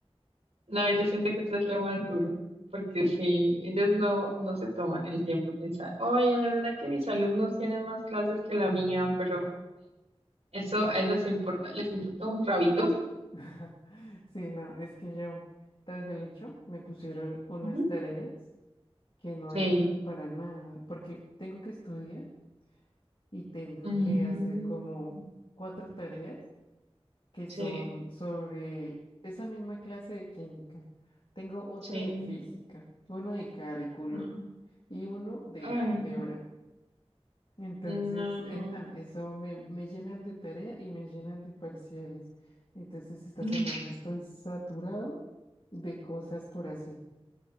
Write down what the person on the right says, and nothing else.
No, yo siento que eso es lo más duro, porque si ellos no, no se toman el tiempo de pensar, oye, de verdad que mis alumnos tienen más clases que la mía, pero eso a ellos les importa, les importa un rabito.
Ujú.
Sí,
Mm,
sí,
sí,
no,
ay,
no,
no.
<laughs>